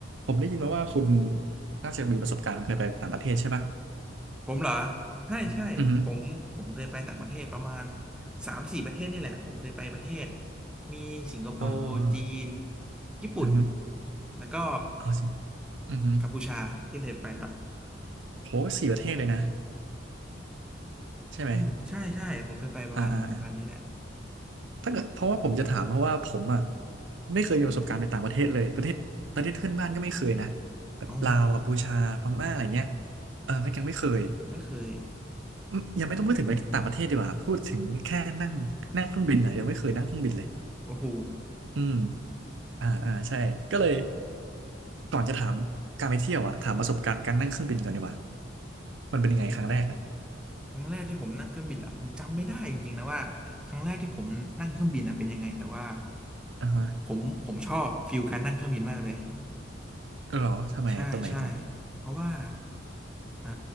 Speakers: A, on the right; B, in the centre.
A: ผมได้ยินมาว่าคุณน่าจะมีประสบการณ์เคยไปต่างประเทศใช่ปะ
B: ผมเหรอใช่ใช่ผมผมเคยไปต่างประเทศประมาณ
A: อือฮึอือฮึ
B: สามสี่ประเทศนี่แหละผมเคยไปประเทศมีสิงคโปร์จีน
A: อ๋อ
B: ญี่ปุ่น
A: อือฮึ
B: แล้วก็
A: เอาสิอือฮึ
B: กัมพูชาที่เคยไปครับ
A: โหสี่ประเทศเลยนะใช่ไหม
B: อืมใช่ใช่ผมเคยไปประมาณประมาณนี้แหละ
A: อ่าอ่าอ่าถ้าเกิดเพราะว่าผมจะถามเพราะว่าผมอ่ะไม่เคยมีประสบการณ์ไปต่างประเทศเลยประเทศประเทศเพื่อนบ้านก็ไม่เคยนะแบบลาวกัมพูชาพม่าอะไรเงี้ย
B: อ๋อ
A: เออก็ยังไม่เคย
B: ไม่เคย
A: อืมยังไม่ต้องพูดถึงไปต่างประเทศดีกว่าพูดถึงแค่นั่งนั่งเครื่องบินอ่ะยังไม่เคยนั่งเครื่องบินเลย
B: โอ้โห
A: อืม อ่าอ่าใช่ก็เลยก่อนจะถามการไปเที่ยวอะถามประสบการณ์การนั่งเครื่องบินก่อนดีกว่ามันเป็นยังไงครั้งแรกเนี่ย
B: ครั้งแรกที่ผมนั่งเครื่องบินละผมจำไม่ได้จริงๆนะว่าครั้งแรกที่ผมนั่งเครื่องบินนะเป็นยังไงแต่ว่า
A: อ่าฮะ
B: ผมผมชอบฟิลการนั่งเครื่องบินมากเลย
A: เอหรอทำไมอะตรงไหนตรงไหน
B: ใช่ใช่เพราะว่าอ่า